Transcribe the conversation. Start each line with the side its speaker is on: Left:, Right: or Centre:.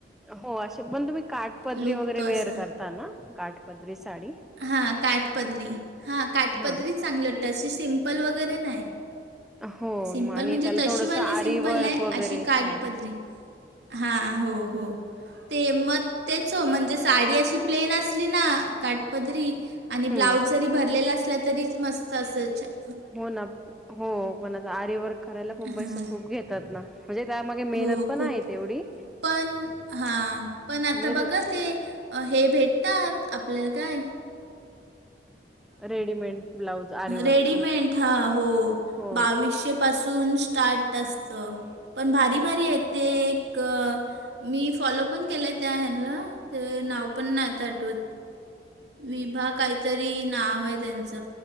Centre: हो अशे पण तुम्ही काठपदरी
Right: लूक
Centre: वगैरे
Right: तो असा
Centre: वेअर करता ना काठपदरी साडी.
Right: हां काठपदरी हा काठपदरी
Centre: हा
Right: चांगली वाटते अशी सिम्पल वगैरे नाही.
Centre: हो
Right: सिम्पल
Centre: मग आणि
Right: म्हणजे
Centre: त्याला
Right: तशीवाली
Centre: थोडस आरी
Right: सिंपल
Centre: वर्क
Right: नाही
Centre: वगैरे
Right: अशी काठ
Centre: हा
Right: पदरी.
Centre: हा
Right: हां हो हो ते मग तेच हो म्हणजे साडी अशी प्लेन असली ना काटपदरी‌ आणि
Centre: हम्म
Right: ब्लाऊज जरी भरलेला असला तरीच मस्त अस <unintelligible>
Centre: हो ना हो पण आता आर वर्क करायला पण
Right: हां,
Centre: पैसे खूप घेतात ना. म्हणजे त्यामाग मेहनत
Right: हो
Centre: पण
Right: खूप.
Centre: आहे तेवढी
Right: पण हां पण आता
Centre: आणि
Right: बघा ते हे भेटतात आपल्याला काय.
Centre: रेडीमेड ब्लाऊज आरीवर्कचे
Right: रेडीमेंट हा हो
Centre: हो
Right: बावीशे‌. पासून स्टार्ट असत. पण भारी भारी आहेत ते एक. मी फॉलो पण केलय त्या ह्यांना ते नाव पण नाही आता आठवत. विभा काहीतरी नाव आहे त्यांच